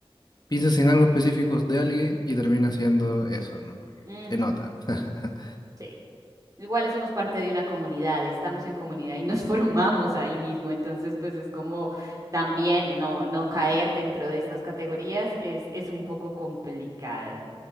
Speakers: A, on the left; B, on the right.
A: pienses en algo específico de alguien y termina siendo eso, ¿no? Porque
B: ujú,
A: se nota. <laughs>
B: Sí. Igual hacemos parte de una comunidad, estamos en comunidad y nos <laughs> formamos ahí mismo. Entonces, pues es como también no, no caer dentro de estas categorías es, es un poco complicado.